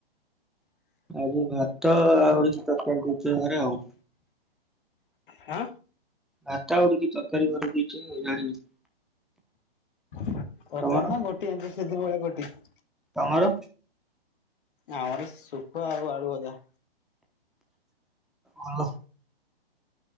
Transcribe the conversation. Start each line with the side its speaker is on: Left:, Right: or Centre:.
Centre: ଆଜି ଭାତ ଆଉ। ତରକାରୀ ଦେଇଚ ଘରେ ଆଉ।
Left: ହଁ।
Centre: ଭାତ ଆଉ ଟିକେ ତରକାରୀ ଘ ଦେଇଛ ଆଉ ଜାଣିନି।
Left: ଦରକାର
Centre: ତମର
Left: ନା ଗୋଟିଏ ଆଞ୍ଚ ସେଦି ଭଳିଆ ଗୋଟିଏ। <inaudible>
Centre: ତମର?
Left: ଆମର ସୁଖ ଆଉ ଆଳୁ ଭଜା।
Centre: ହଲୋ